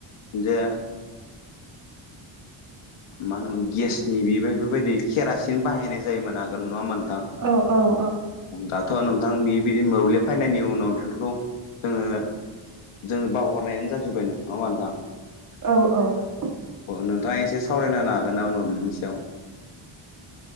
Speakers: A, on the left; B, on the right.
A: जे मा होनोमोन गेसनि बेफोरबायदि केरासिन बाहायनाय जायोमोन आगोल नङा होमबा नोंथां।
B: औ औ औ।
A: दाथ' नोंथां बेदि मोब्लिब फैनायनि उनाव बेफोरखौ जोंनो जोङो बावहरनायानो जाजोबबाय नङा होमबा नोंथां?
B: औ औ।
A: अ नोंथाङा एसे सावरायनो हागोन नामा? मोब्लिबनि सायाव।